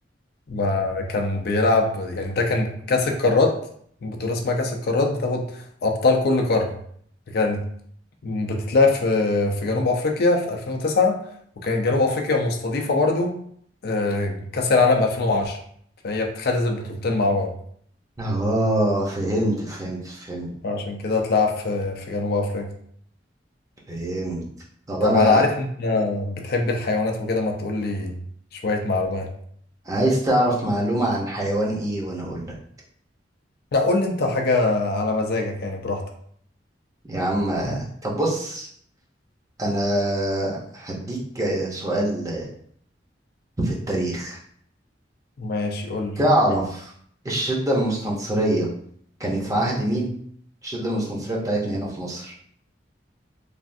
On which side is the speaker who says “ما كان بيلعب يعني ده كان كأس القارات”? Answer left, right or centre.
Left